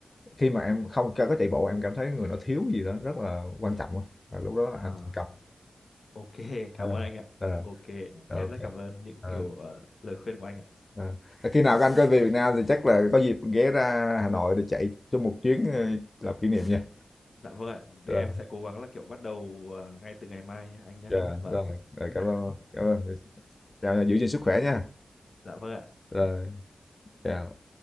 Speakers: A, on the left; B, on the left.
A: khi mà em không có chạy bộ em cảm thấy người nó thiếu gì đó rất là quan trọng á. và lúc đó là
B: à
A: anh thành công
B: Ok, cảm
A: Ờ,
B: ơn anh ạ.
A: ờ,
B: Ok,
A: ờ,
B: em
A: ok.
B: rất cảm ơn những
A: Ờ,
B: kiểu ờ, lời khuyên của anh ạ.
A: ờ. Và khi nào các anh có về Việt Nam thì chắc là có dịp ghé ra Hà Nội để chạy cho một chuyến ờ, làm kỷ niệm nha
B: Dạ vâng ạ, để
A: rồi
B: em sẽ cố gắng là kiểu bắt đầu ờ, ngay từ ngày mai nhé anh nhé.
A: dạ,
B: Vâng,
A: rồi Rồi, cảm ơn cảm ơn Chào giữ gìn sức khỏe nha.
B: dạ vâng ạ.
A: Rồi, chào.